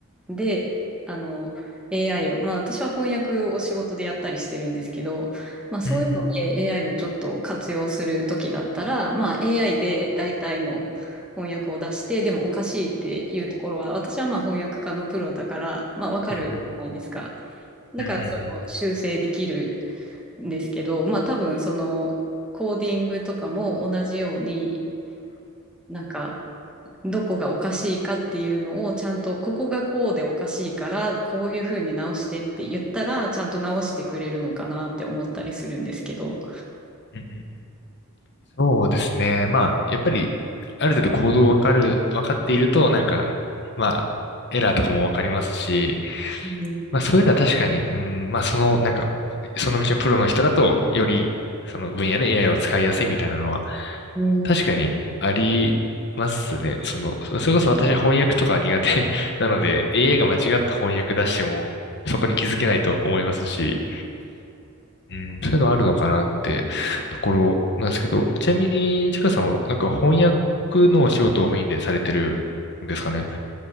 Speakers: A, in the centre; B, on the left (about 50°).
A: で、あの、AI を、まあ、私は翻訳を仕事でやったりしてるんですけど、まあ、そういうので
B: うん
A: AI をちょっと活用するときだったら、まあ、AI で大体の翻訳を出して、でもおかしいっていうところは、私はまあ、翻訳家のプロだから、まあ、わかるじゃないですか。
B: うん
A: だから、
B: うんうんうん
A: それを修正できるんですけど、まあ多分そのコーディングとかも同じように、なんかどこがおかしいかっていうのをちゃんと、ここがこうでおかしいから、こういうふうに直してって言ったら、ちゃんと直してくれるのかなって思ったりするんですけど。
B: うんうんうんうんそうですね。まあ、やっぱり、ある程度行動わかる、わかっていると、なんか、まあ、エラーとかもわかりますし、
A: うん、
B: まあそういうのは確かに、うん、まあその、なんか、その道のプロの人だと、より、その分野で AI を使いやすいみたいなのは、
A: うん
B: 確かにありますね。その、それこそ私は翻訳とか苦手 <laughs> なので、AI が間違った翻訳出しても、そこに気づけないと思いますし、うん、そういうのあるのかなってところなんですけど、ちなみに、ちかさんは、なんか翻訳のお仕事をメインでされてるんですかね。